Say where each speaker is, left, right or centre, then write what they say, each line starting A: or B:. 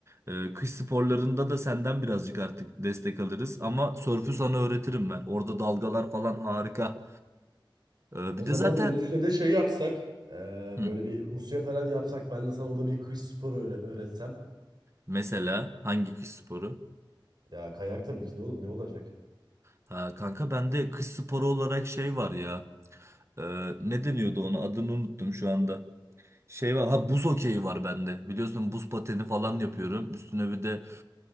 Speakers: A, on the right (about 30°); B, on the right (about 55°).
A: E, kış sporlarında da senden birazcık artık destek alırız. Ama sörfü sana öğretirim ben. Orada dalgalar falan harika. E,
B: O
A: bir
B: zaman
A: de zaten
B: dönüşte de şey yapsak, e,
A: hı,
B: böyle bir Rusya falan yapsak ben de sana orada bir kış sporu öğre- öğretsem.
A: mesela hangi kış sporu?
B: Ya kayak tabii ki de oğlum ne olacak?
A: Ha, kanka bende kış sporu olarak şey var ya. E, ne deniyordu ona? Adını unuttum şu anda. Şey var ha buz hokeyi var bende. Biliyorsun buz pateni falan yapıyorum. Üstüne bir de